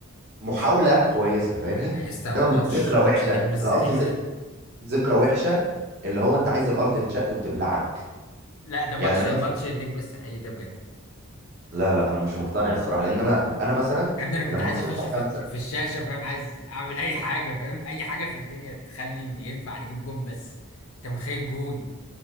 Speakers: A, on the right (about 50°); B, on the left (about 70°).
A: محاوله كويسه فاهمني
B: لا يا اسطى
A: انما
B: ماتش
A: مش ذكرى
B: ماتش
A: وحشه
B: النجم الساحلي
A: انا قصدي ذ-
B: ده
A: ذكرى وحشه اللي هو انت عايز الارض تتشق وتبلعك
B: لا ده
A: يعني
B: ماتش
A: انا
B: ماتش
A: مثلا
B: النجم الساحلي ده بجد
A: لا لا انا مش مقتنع الصراحه لان انا انا مثلا
B: يا ابني انا كنت
A: لما
B: عايز
A: خسرت
B: اخش في
A: خمسه
B: في الشاشة فاهم عايز اعمل اي حاجة فاهم اي حاجة في الدنيا تخلي ان ينفع نجيب جون بس انت متخيل جون